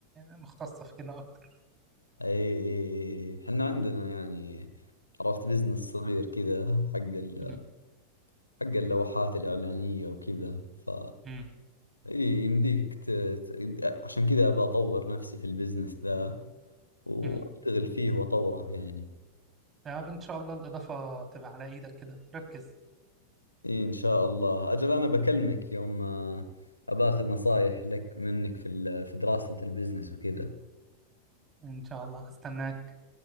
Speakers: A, on the right; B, on the left.
A: مختصة في كده أكتر
B: أي أي- أي. أي. حنا عندنا يعني عرفت بزنس صغير كذا حق ال-
A: مم.
B: حق اللوحات الإعلانية وكذا ف
A: مم.
B: إي يمديك ت... ت- عشان كذا أبى أطور نفسي في البزنس ذا وأشتغل
A: مم.
B: فيه وأطوره يعني
A: يا رب إن شاء الله الإضافة تبقى على إيدك كده ركز
B: إي إن شاء الله أجل أنا بكلمك يوم آه، أبى أخذ نصايح لك منك في ال... في دراسة البزنس وكذا
A: إن شاء الله هستناك